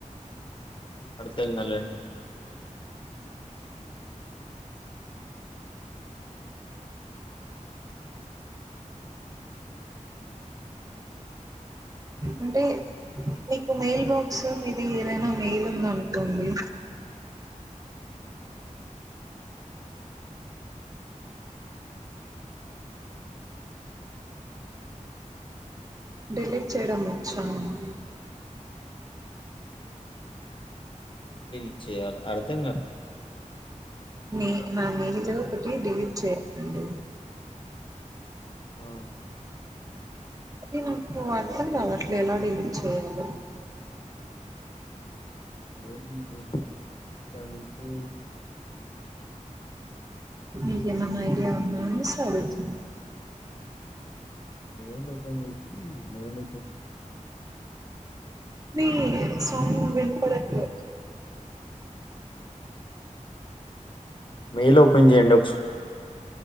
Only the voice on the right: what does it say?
అంటే మీకు మెయిల్ బాక్స్ మీది ఏదైనా మెయిల్ ఉందనుకోండి డెలిట్ చేయడం వచ్చా ఆన్
నె నా మెయిలు ఒకటి డెలిట్ చేయాలి అండి
అది నాకు అర్థం కావట్లే ఎలా డిలీట్ చేయాలి
నీకేమన్నా ఐడియా ఉందా అనేషి అడుగుతుంది
మీ సౌండు వినబడట్లే